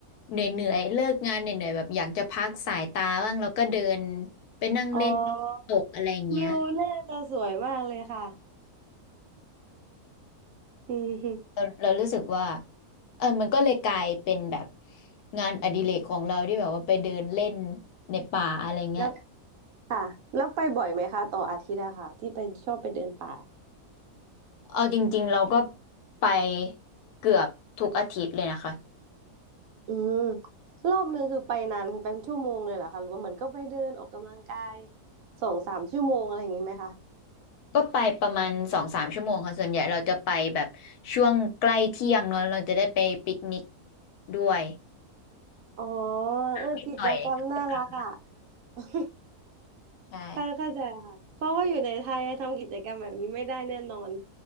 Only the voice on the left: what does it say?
เหนื่อยๆเลิกงานเหนื่อยๆแบบอยากจะพักสายตาบ้างแล้วก็เดินไปนั่งเล่นน้ำตกอะไรเงี้ย
เราเรารู้สึกว่าเออมันก็เลยกลายเป็นแบบงานอดิเรกของเราที่แบบว่าไปเดินเล่นในป่าอะไรเงี้ย
เอาจริงๆเราก็ไปเกือบทุกอาทิตย์เลยนะคะ
ก็ไปประมาณสองสามชั่วโมงค่ะส่วนใหญ่เราจะไปแบบช่วงใกล้เที่ยงเนอะเราจะได้ไปปิกนิกด้วย
นิดหน่อยก็กลับ
ใช่